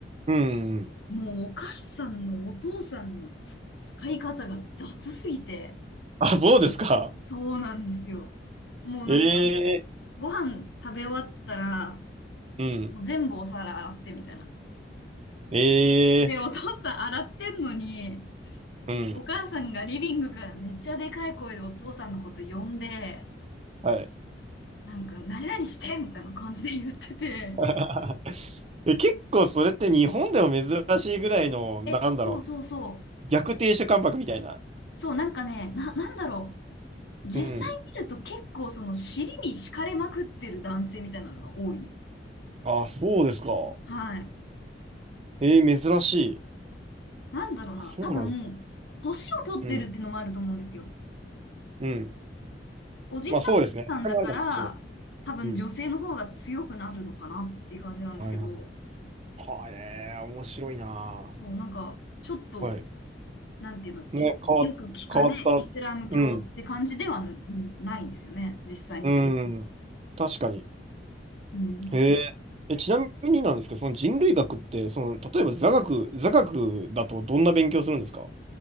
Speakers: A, on the right; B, on the left.
A: うん。うん
B: もうお母さんのお父さんのつ使い方が雑すぎて、
A: あ、そうですか。
B: そうなんですよ。もうなんか、
A: ええ
B: ご飯食べ終わったら、
A: うん。
B: もう全部お皿洗ってみたいな。
A: ええ
B: で、お父さん洗ってんのに、
A: うん。
B: お母さんがリビングからめっちゃでかい声でお父さんのこと呼んで、
A: はい。
B: なんか、何々してみたいな感じで言ってて、
A: <laughs> え、結構それって日本でも珍しいぐらいの、なんだろ
B: え、そうそうそ
A: う、逆亭主関白みたいな。
B: う、そう、なんかね、な、なんだろう、実際見ると結構その尻に敷かれまくってる男性みたいなのが多い。
A: うん。ああ、そうですか。
B: はい。
A: えー、珍しい。
B: なんだろうな、
A: あ、そうなんですか。
B: 多分、年を取ってるっていうのもあると思うんですよ。
A: うん。うん。
B: おじいさんさんだから、
A: まあそうですね。それもあるかもしれないです。
B: 多分女性の方が強くなるのかなっていう感じなんですけど、
A: うん。はいはいはい。はあね、面白いな
B: そう、なんか、ちょっと、
A: あ。はい。
B: なんていうの、
A: ね、
B: いよく聞くね、
A: 変わっ、変わった。
B: イスラム教って感じではんないんですよね、
A: うん。
B: 実際見ると。
A: うん。確かに。
B: うん。
A: へえ。え、ちなみになんですけど、その人類学って、その、例えば座学、座学だとどんな勉強するんですか